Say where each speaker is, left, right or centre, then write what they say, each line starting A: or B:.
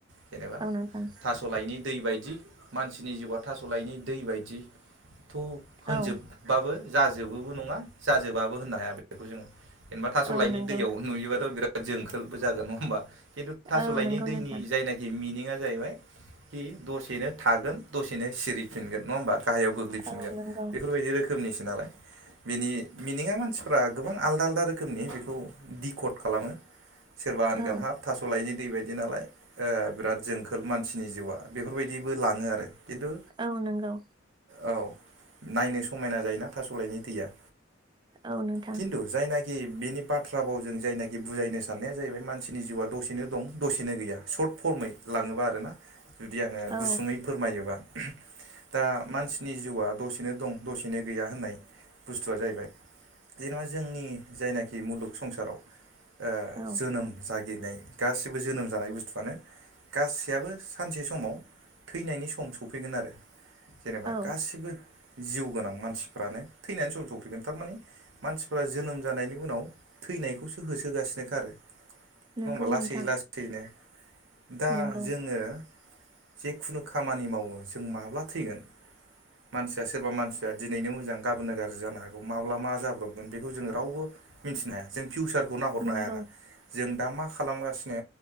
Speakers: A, on the right; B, on the right.
A: जेनेबा
B: औ नोंथां
A: थास थास'लायनि दै बायदि मानसिनि जिउआ थास'लायनि दै बायदि थ' होनजोब
B: औ
A: बाबो जाजोबोबो नङा जाजोबाबो होननो हाया बेखौ जोङो। जेनेबा थास'
B: औ
A: लाइनि
B: नंगौ
A: दैयाव नुयोबाथ' बिराद जोंखोलबो जागोन नङा होमबा खिन्थु थास'लाायनि
B: औ नंगौ
A: दैनि
B: नोंथां
A: जायनाख जि मिनिंया जाहैबाय खि दसेनो थागोन दसेनो सिरिफिनगोन नङा होमबा? गाहायाव गोग्लैफिनगोन
B: औ नंगौ
A: बेफोरबायदि रोखोमनिसो नालाय बेनि मिनिङा मानसि फोरा गोबां आलदा आलदा रोखोमनि बेखौ डिकड खालामो सोरबा होनगोन
B: औ
A: हाब थास' लायनि दै बायदि नालाय। ओ बिराद जोंखोल मानसिनि जिउआ बेफोरबायदिबो लाङो आरो खिन्थु
B: औ नंगौ।
A: औ नायनो समायना थास'लायनि दैया।
B: औ नोंथां।
A: खिन्थु जायनाखि बेनि बाथ्रा बावजों जायनाखि बुजायनो साननाया जाहैबाय मानसिनि जिउआ दसेनो दं दसेनो गैया। स'र्थ फर्ममै लांओबा आरो ना। जुदि आङो
B: औ
A: गुसुङै फोरमायोबा दा मानसिनि जिउआ दसेनो दं दसे नो गैया होननाय बुस्थुआ जाहैबाय जेनेबा जोंनि जायनाखि मुलुग संसाराव ओ
B: औ
A: जोनोम जागिनाय गासिबो जोनोम जानाय बुस्थुआनो गासैहाबो सानसे समाव थैनायनि सम सफैगोन आरो। जेनेबा
B: औ
A: गासिबो जिउ गोनां मानसिफ्रानो थैनायनि सम सफैगोन थारमाने मानसिफ्रा जोनोम जानायनि उनाव थैनायखौसो होसोगासिनो खा आरो। नङा
B: नंगौ
A: होमबा लासै
B: नोंथां
A: लासैनो दा
B: नंगौ
A: जोङो जेखुनु खामानि मावो जों माब्ला थैगोन मानसिया सोरबा मानसि ओ दिनैनो मोजां गाबोननो गाज्रि जानो हागौ माब्ला मा जाब्रबगोन बेखौ जोङो रावबो मिनथिनो हाया जों फिउचारखौ नाहरनो
B: नंगौ
A: हायाना। जों दा मा खालामगासिनो